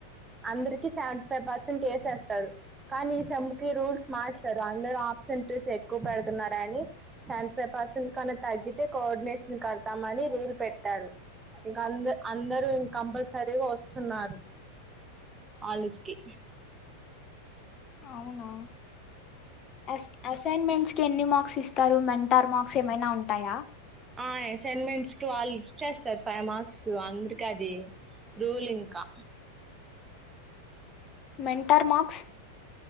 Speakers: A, on the right (about 15°); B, on the left (about 30°).
A: అందరికి సెవెంటీ ఫైవ్ పర్సెంట్ వేసేస్తారు కానీ ఈ సెమ్ కి రూల్స్ మార్చారు అందరు అబ్సెంటీస్ ఎక్కువ పెడుతున్నారు అని సెవెంటీ ఫైవ్ పర్సెంట్ కన్నా తగ్గితే కోఆర్డినేషన్ కడతామని రూల్ పెట్టాడు ఇంకా అంద అందరు ఇంక కంపల్సరీగా వస్తున్నారు కాలేజ్కి
B: అవునా అస్ అసైన్మెంట్స్ కి ఎన్ని మార్క్స్ ఇస్తారు మెంటార్ మార్క్స్ ఏమైనా ఉంటాయా
A: ఆ అసైన్మెంట్స్ కి వాళ్ళు ఇచ్చేస్తారు ఫైవ్ మార్క్స్ అందరికి అది రూల్ ఇంకా
B: మెంటార్ మార్క్స్